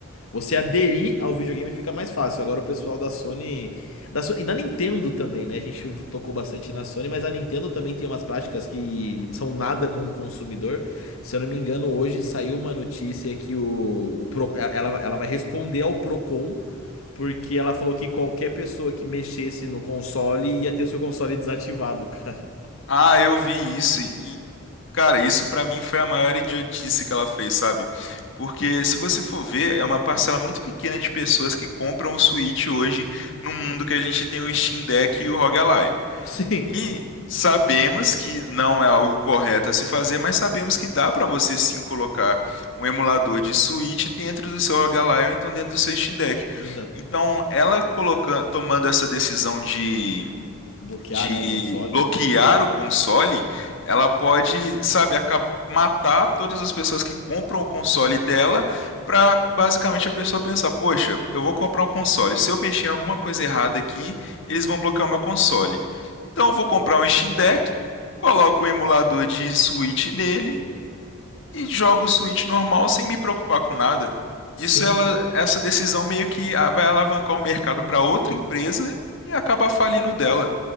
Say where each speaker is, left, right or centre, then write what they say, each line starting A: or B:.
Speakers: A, on the left (about 75°); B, on the left (about 60°).
A: Você aderir ao videogame fica mais fácil. Agora o pessoal da Sony, da Sony e da Nintendo também, né? A gente tocou bastante na Sony, mas a Nintendo também tem umas práticas que não são nada com o consumidor. Se eu não me engano, hoje saiu uma notícia que o, o Pro- é, ela, ela vai responder ao Procon, porque ela falou que qualquer pessoa que mexesse no console ia ter o seu console desativado, cara.
B: Ah, eu vi isso e, cara, isso pra mim foi a maior idiotice que ela fez, sabe? Porque se você for ver, é uma parcela muito pequena de pessoas que compram o Switch hoje no mundo que a gente tem o Steam Deck e o ROG
A: <laughs>
B: E
A: Sim,
B: sabemos que não é algo correto a se fazer, mas sabemos que dá para você sim colocar um emulador de Switch dentro do seu ROG Ally ou então dentro do seu Steam Deck.
A: exato.
B: Então, ela colocando, tomando essa decisão de
A: Bloquear,
B: de
A: né, o console.
B: bloquear o console, ela pode, sabe, aca- matar todas as pessoas que compram o console dela para basicamente a pessoa pensar, poxa, eu vou comprar um console. Se eu mexer em alguma coisa errada aqui, eles vão bloquear o meu console. Então eu vou comprar um Steam Deck, coloco um emulador de Switch nele e jogo o Switch normal sem me preocupar com nada. Isso
A: Sim.
B: ela, essa decisão meio que ah, vai alavancar o mercado para outra empresa e acabar falindo dela.